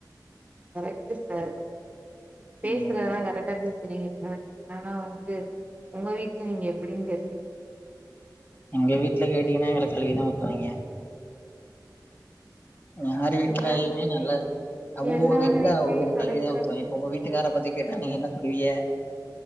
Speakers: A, on the right; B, on the left.
A: கரெக்ட்டு சார் பேசுறதெல்லா
B: ம்.
A: கரெக்டா பேசு செரிங்க சார் ஆனா வந்து உங்க வீட்ல நீங்க எப்டின்னு தெரிலிங்
B: எங்க வீட்ல கேட்டீங்கனா எங்கள கழவி தா ஊத்துவாங்கே யாரு வீட்லயுமே
A: எல்லார் வீட்லயு
B: நல்ல அவ்வோவ்வோ
A: எல்லார்
B: வீட்ல
A: வீட்லயு
B: அவ்வோவ்வோ எல்ல
A: நடக்கற
B: கலுவி தா ஊத்வாங்கே
A: கூத்துதா
B: இப்ப உங்க வீட்டுக்கார பத்தி கேட்டா நீ என்ன சொல்லுவிய